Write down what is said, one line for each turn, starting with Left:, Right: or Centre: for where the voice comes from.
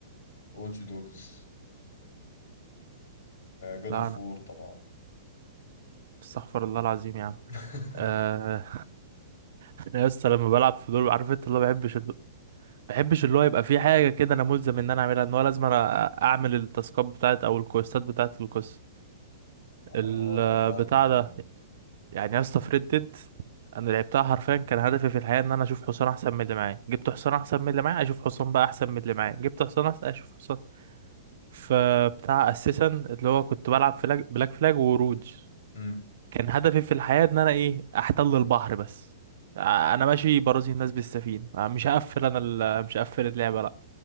Left: واتش دوجز جاد
Right: لا
Left: اوف
Right: انا
Left: وور طبعا
Right: استغفر الله العظيم يا عم
Left: <laughs>
Right: آه... <laughs> انا يا اسطى لما بلعب في دول عارف انت اللي هو بحبش الد- بحبش اللي هو يبقى في حاجه كده انا ملزم ان انا اعملها ان هو لازم انا اعمل التاسكات بتاعت او الكويستات بتاعت القصه
Left: اه
Right: البتاع
Left: فاهمك فاهمك
Right: ده يعني يا اسطى في ريد ديد انا لعبتها حرفيا كان هدفي في الحياه ان انا اشوف حصان احسن من اللي معايا جبت حصان احسن من اللي معايا اشوف حصان بقى احسن من اللي معايا جبت حصان احسن اشوف حصان فبتاع اساسا اللي هو كنت بلعب فلاج بلاك فلاج وروج
Left: امم
Right: كان هدفي في الحياه ان انا ايه احتل البحر بس ع- انا ماشي برازي الناس بالسفينه آه، مش هقفل انا ال- مش هقفل اللعبه لا